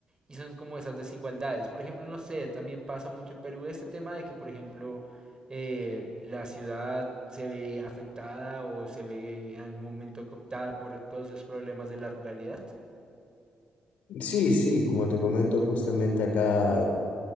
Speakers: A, on the right; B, on the left.
A: y son como esas desigualdades. Por ejemplo, no sé, también pasa mucho en Perú este tema de que, por ejemplo, eh, la ciudad se ve afectada o se ve en algún momento cooptada por todos esos problemas de la ruralidad.
B: Sí, sí, como te comento justamente acá,